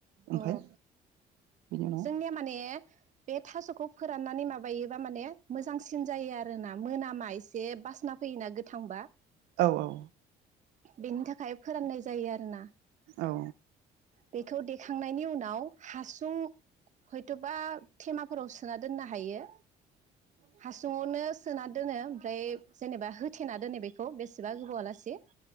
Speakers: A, on the right; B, on the right.
A: ओमफ्राय
B: अ
A: बेनि उनाव
B: जोंनिया माने बे थास'खौ फोराननानै माबायोबा माने मोजांसिन जायो आरोना मोनामा एसे बासना फैयोना गोथांबा
A: औ औ
B: बेनि थाखाय फोराननाय जायो आरोना
A: औ
B: बेखौ देखांनायनि उनाव हासुं हयथ'बा थेमाफोराव सोना दोननो हायो हासुङावनो सोना दोनो ओमफ्राय जेनेबा होथेना दोनो बेखौ बेसेबा गोबाव आलासि